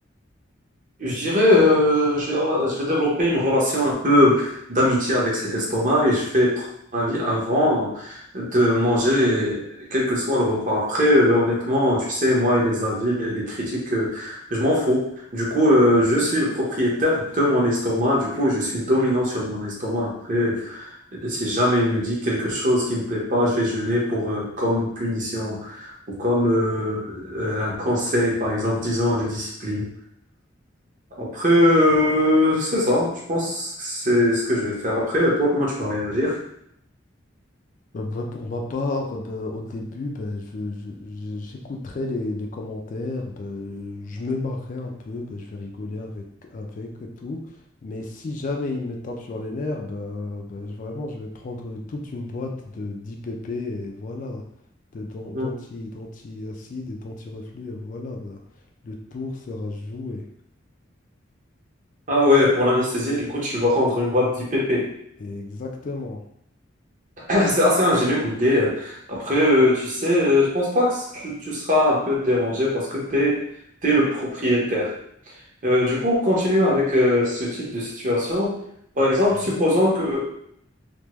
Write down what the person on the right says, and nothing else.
Je dirais, euh, je vais, je vais développer une relation un peu d'amitié avec cet estomac et je vais prendre un avis avant de manger, quel que soit le repas. Après, euh, honnêtement, tu sais, moi et les avis et les critiques, euh, je m'en fous. Du coup, euh, je suis le propriétaire de mon estomac. Du coup, je suis dominant sur mon estomac. Après, euh, si jamais il me dit quelque chose qui me plaît pas, je vais jeûner pour, euh, comme punition ou comme euh, euh, un conseil, par exemple, disant de discipline. Après, euh, c'est ça. Je pense que c'est ce que je vais faire après. Toi, comment tu vas réagir?
Mm.
Ah ouais, pour l'anesthésier, du coup, tu vas prendre une boîte d'IPP.
<clears throat> C'est assez ingénieux comme idée. Après, euh, tu sais, euh, je pense pas que tu, tu seras un peu dérangé parce que t'es, t'es le propriétaire. Euh, du coup, continue avec euh, ce type de situation. Par exemple,
supposons que